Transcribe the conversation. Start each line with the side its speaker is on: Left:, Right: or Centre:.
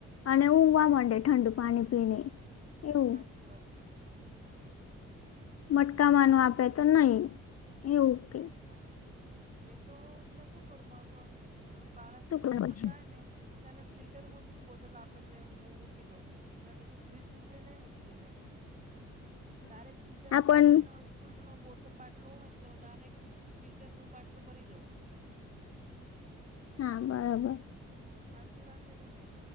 Left: અને ઊવા માંડે ઠંડુ પાણી પીને એવું
Right: હા હાચી વાત છે હાચી વાત છે.
Left: મટકા માનું આપે તો નહી એવું ક
Right: હા મેં તો પેલાં શું કરું <inaudible> બાળક
Left: શું પછી
Right: સ્કૂલ જાય ને તો એને ફિલ્ટર માતું જ બોટલ આપીને મૂકી દઉં અને કશું ફ્રીજ ફ્રીજ મે નહીં મૂકતી મેં
Left: <inaudible>
Right: ડાયરેક્ટ ફિલ્ટર
Left: આપણ
Right: મુ એનો સ્કૂલ નો બોતલ બાટલો હોયને તો ડાયરેક્ટ ફિલ્ટરમુું બાટલો હુ ભરી દઉ.
Left: હા બરાબર
Right: સાચી વાત છે કે નહીં